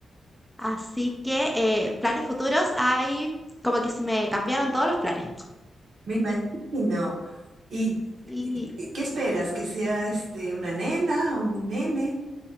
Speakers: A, in the centre; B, on the right.
A: Así que eh, planes futuros hay, como que se me cambiaron todos los planes.
B: me imagino. ¿Y
A: Y
B: y qué esperas? ¿Que sea este una nena o un nene?